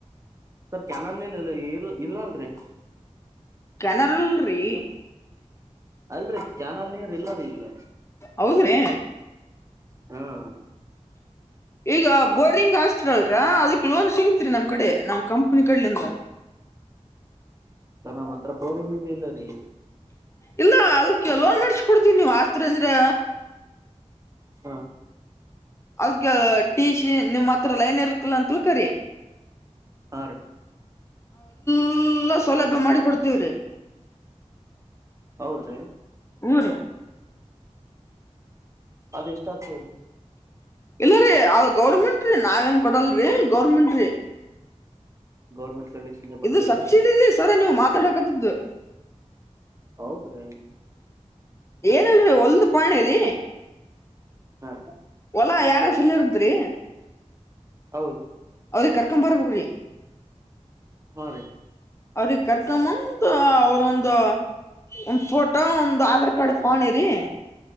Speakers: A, on the right (about 25°); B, on the left (about 25°).
A: ಸರ್ ಕೆನಲ್ ನೀರ್ ಇರ್ ಇರ್ಲ ಅಲ್ರಿ
B: ಕೆನಾಲ್ರಿ
A: ಅಲ್ರರಿ ಕ್ಯಾನಲ್ ನೀರ್ ಇಲ್ಲ ರೀ ಈಗ
B: ಹೌದ್ರಿ
A: ಹ್ಮ ಹ್ಮ
B: ಈಗ ಬೋರಿಂಗ್ ಆಸ್ತಿ ಅಲ್ರ ಅದಕ್ ಲೋನ್ ಸಿಗತ್ರಿ ನಮ್ ಕಡೆ ನಮ ಕಂಪನಿ ಕಡ್ಲಿಂದ
A: ಸ ನಮ್ಮ್ ಹತ್ರ ಬೋರಿಂಗ್ ಇ ಇಲ್ಲ ರೀ
B: ಇಲ್ಲ ಅದ ಕೆಲವೊ ನಡ್ಸಕೊಡ್ತೀವಿ ನೀವ್ ಆಸ್ತತ್ರ ಅಂದ್ರೆ
A: ಹಾ
B: ಅದ್ಕ ಟಿ ಸಿ ನಿಮ್ ಹತ್ರ ಲೈನ್ ಇರ್ತ್ತಿಲ್ಲ ಅಂತ ಕರಿ
A: ಆ
B: ಎಲ್ಲ ಸೌಲಭ್ಯ ಮಾಡಿಿ ಕೊಡ್ತೀವ್ರಿ
A: ಹೌದ್ರೀ
B: ಹು ರಿ
A: ಅದೆ ಎಷ್ಟ ಆತರಿ
B: ಇಲ್ಲರೀ ಅ ಗೌರ್ಮೆಂಟ್್ರೀ ನಾವೇನ್ ಕೊಡಲ್ರರಿ ಗೌರ್ಮೆಂಟ್್ರೀ
A: ಗೌರ್ಮೆಂಟ್ ಕಲೆಕ್ಷನ್ ಬರ್ತದೇನ್ರಿ
B: ಇದು ಸಬ್ಸಿಡಿ ಸರ್ ನೀವು ಮಾತಾಡ ್
A: ಹೌದ್ರೀ
B: ಏನಲ್ರರಿ ಒಂದು ಪಾಣೀ
A: ಹಾ
B: ಒಲಾ ಯಾರ ಲದ್ರಿ
A: ಹೌದು
B: ಅವ್ರಿ ಕರ್ಕೊ ಬರ್ಬಕ್
A: ಹಾ ರೀ
B: ಅವ್ರಿಗೆ ಕರ್ಕಮ್ಮಂದು ಅವ್ರೊಂದು ಒಂದ್ ಫೋಟೋ ಒಂದು್ ಆಧಾರ್ ಕಾರ್ಡ್ ಪಾಣಿರಿ